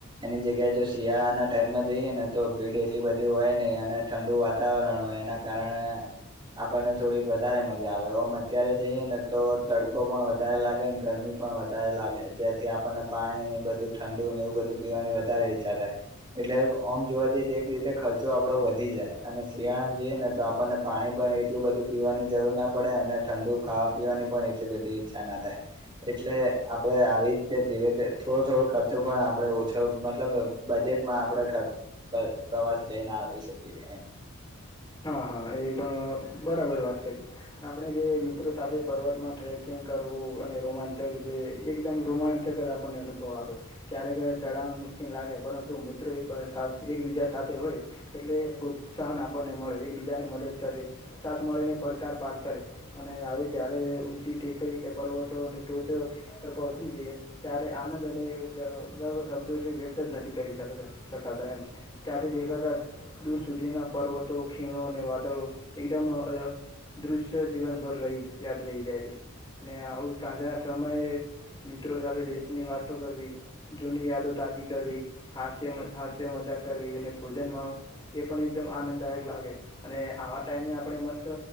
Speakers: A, on the right (about 20°); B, on the left (about 20°).
A: એની જગ્યાએ જો શિયાળાના ટાઈમમાં જઈએ ને તો ભીડ એટલી બધી હોય નહી અને ઠંડુ વાતાવરણ હોય એના કારણે આપણને થોડીક વધારે મજા આવે ઓમ અત્યારે જઈએ ને તો તડકો પણ વધારે લાગે ને ગરમી પણ વધારે લાગે જેથી આપણને પાણી ને બધું ઠંડુ ને એવું બધું પીવાની વધારે ઈચ્છા થાય એટલે ઓમ જોવા જઈએ તો એક રીતે ખર્ચો આપડો વધી જાય અને શિયાળામાં જઈએ ને તો આપણને પાણી પણ એટલું બધું પીવાની જરૂર ના પડે અને ઠંડુ ખાવા પીવાની પણ એટલી બધી ઈચ્છા ના થાય એટલે આપણે આવી રીતે ધીરે થોડો થોડો ખર્ચો પણ આપણે ઓછો મતલબ બજેટમાં આપણે ખર્ચ પ્રવાસ જઈને આવી શકીએ એમ
B: હા હા એ પણ બરાબર વાત કરી આપણે જે મિત્રો સાથે પર્વતમાં ટ્રેકિંગ કરવું અને રોમાંચક જે એકદમ રોમાંચક જ આપણને અનુભવ આપે ક્યારેક ચઢાણ મુશ્કેલ લાગે પરંતુ મિત્રો એક એકબીજા સાથે હોય એટલે પ્રોત્સાહન આપણને મળે એકબીજાને મદદ કરે સાથ મળીને પડકાર પાર કરે અને હવે જ્યારે ઊંચી ટેકરી કે પર્વતોની ટોચ પર પહોંચી જઈએ ત્યારે આનંદ અને ગર્વ શબ્દો જે વ્યક્ત જ નથી કરી શકતા શકાતા એમ ત્યાંથી દેખાતા દૂર સુધીના પર્વતો ખીણો અને વાદળો એકદમ દૃશ્ય જીવનભર રહી યાદ રહી જાય છે અને આવું સાંજના સમયે મિત્રો સાથે બેસીને વાતો કરવી જૂની યાદો તાજી કરવી હાસ્ય હાસ્ય મજા કરવી અને ભોજન માણવું એ પણ એકદમ આનંદદાયક લાગે અને આવા ટાઈમે આપણે મસ્ત